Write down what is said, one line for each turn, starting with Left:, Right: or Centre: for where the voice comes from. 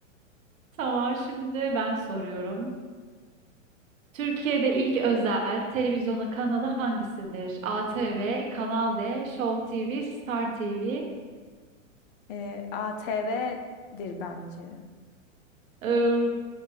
Right: <laughs> tamam şimdi ben soruyorum. Türkiye'de ilk özel televizyona kanalı hangisidir? ATV, Kanal D, Show TV, Star TV,
Left: Ee, ATV'dir bence. Doğru.
Right: Ee,